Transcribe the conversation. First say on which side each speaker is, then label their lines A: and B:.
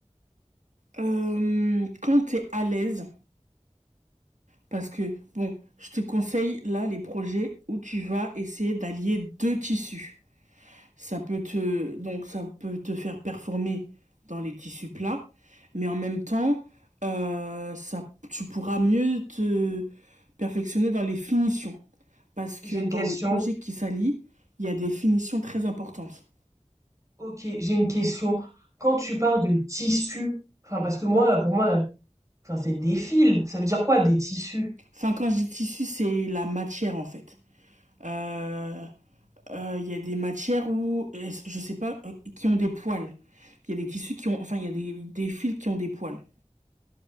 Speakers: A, on the right; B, on the right.
A: Euh, quand tu es à l'aise, parce que bon, je te conseille là les projets où tu vas essayer d'allier deux tissus. Ça peut te, donc ça peut te faire performer dans les tissus plats, mais en même temps, euh, ça, tu pourras mieux te perfectionner dans les finitions. Parce que
B: J'ai une
A: dans
B: question.
A: les projets qui s'allient, il y a des finitions très importantes.
B: Ok, j'ai une question. Quand tu parles de tissu, enfin parce que moi, pour moi, enfin c'est des fils. Ça veut dire quoi des tissus?
A: Enfin, quand je dis tissu, c'est la matière en fait. Euh, euh, il y a des matières où, je sais pas, euh, qui ont des poils. Il y a des tissus qui ont, enfin, il y a des, des fils qui ont des poils.